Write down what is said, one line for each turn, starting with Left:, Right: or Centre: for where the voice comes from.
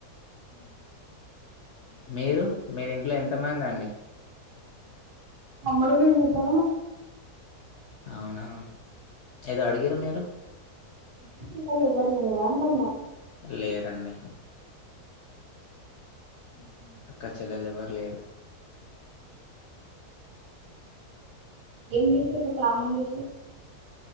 Right: ఉమ్
Left: మీరు మీరింట్లో ఎంత మందండి.
Right: తమ్ముడు నెనిద్దరమే.
Left: ఔనా. ఏదో అడిగిర్రు మీరు.
Right: అక్కాచెల్లెల్లెవ్వర్లేరా అంటున్నా.
Left: లేరండి.
Right: ఉమ్
Left: అక్క చెల్లెల్లెవ్వర్ లేరు
Right: ఏం దీషిర్రు పామం జేషి.